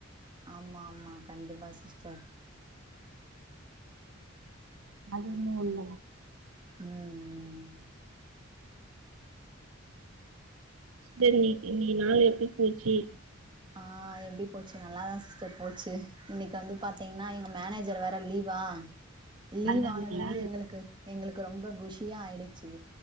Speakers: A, on the right; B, on the right.
A: ஆமா ஆமா கண்டிப்பா சிஸ்டர்
B: அது இன்னு உள்ளதா
A: ம்
B: செரி இன்னிக்கு நாலு எப்டி போச்சி
A: ஆ எப்டி போச்சு நல்லாதா சிஸ்டர் போச்சு இன்னைக்கு வந்து பாத்தீங்கனா எங்க மேனேஜர் வேற லீவா லீவ்
B: லண்டன்லீங்களா
A: ஆனதுமே எங்களுக்கு எங்களுக்கு ரொம்ப குஷியா ஆயிடுச்சு